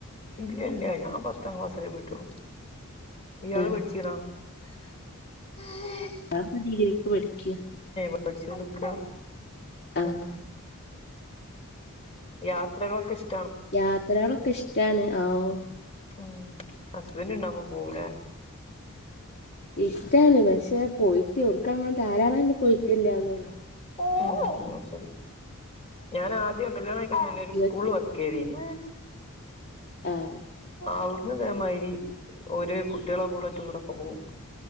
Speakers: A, on the left; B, on the left.
A: ഇല്യ ഇല്യ ഞാൻ പത്താം ക്ലാസ് വരെ പോയിട്ടൊള്ളു ഇയാള്
B: ആഹ്
A: പഠിച്ചിക്ണോ? <inaudible>
B: ഒരാളിപ്പോ ഡീഡ്രിക്ക് പഠിക്യാ
A: പ. ടിച്ചോചോണ്ടക്ക
B: ആഹ്
A: ഉം യാത്രകളൊക്കെ ഇഷ്
B: യാത്രകളൊക്കെ ഇഷ്ടാണ് അവ്വ്
A: മ്മ് ഹസ്ബൻറ്റ് ഉണ്ടാവുമ്പോ പോവൂലേ.
B: ഇഷ്ടാണ് പക്ഷെ പോയിട്ട് <unintelligible> പോയിട്ടില്ലന്നുള്ളു
A: <unintelligible> ഞാനാദ്യം ഉണ്ടല്ലോ ഒരു
B: ഇങ്ങ
A: സ്കൂൾ വർക്ക് കെതീന്
B: ആഹ്.
A: അവ്ട്ന്ന് തേമാതിരി ഓര് കുട്ടികളെ കൂടെ ടൂറൊക്കെ പോകും.